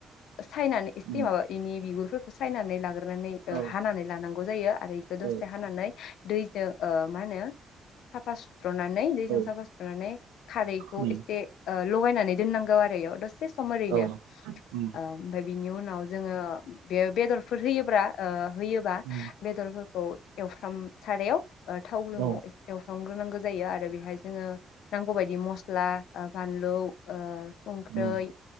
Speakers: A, on the left; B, on the right.
A: सायनानै एसे
B: उम
A: माबा इनि बिगुरफोर खौ सायनानै लागोन
B: औ
A: हानानै लानां बेयो आरो बेखौ
B: औ
A: दसे हानानै दैजों ओ मा होनो साफा सुस्रनानै दैजों
B: औ
A: साफा सुनानै खारैखौ
B: उम
A: इसे ओ लगायनानै दोननांगौ आरो बेयाव दसे सम ओरैनो
B: औ उम
A: ओ ओमफाय बिनि उनाव जोङो बे-बेदरफोर होयोब्रा ला ओ होयो
B: उम
A: बेदरफोर खौ एवफ्राम सारायाव ओ थाव गुदुङाव
B: औ
A: एसे एवफ्रामो आरो नांगो जायो आरो बेहाय जोङो नांगौ बायदि मस्ला आ फानलौ ओ संख्रै
B: उम